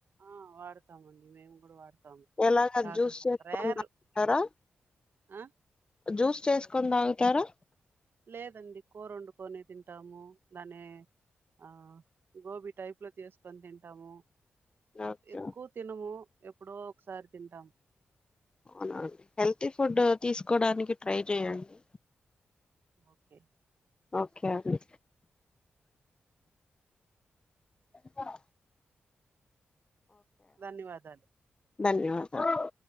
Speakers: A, on the right; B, on the left.
A: ఆ వాడతామండి మేము కూడా వాడుతాము.
B: ఎలాగ
A: కాకరకాలు
B: జ్యూస్ చేసుకొని
A: రేరు
B: తాగుతారా
A: ఆహ్
B: జ్యూస్ చేసుకొని తాగుతారా?
A: లేదండి కూర వండుకని తింటాము. దానే ఆ గోబీ టైప్ లో చేసుకొని తింటాము.
B: ఓకే
A: ఎక్కువ తినము ఎప్పుడో ఒకసారి తింటాము.
B: అవునండి హెల్తీ ఫుడ్ తీసుకోడానికి ట్రై చేయండి.
A: ఓకే
B: ఓకే అండి ఏం కూర
A: ధన్యవాదాలు
B: ధన్యవాదాలు